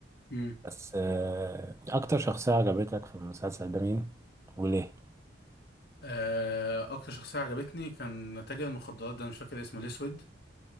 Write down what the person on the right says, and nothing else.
بس آه، أكتر شخصية عجبتك في المسلسل ده مين وليه؟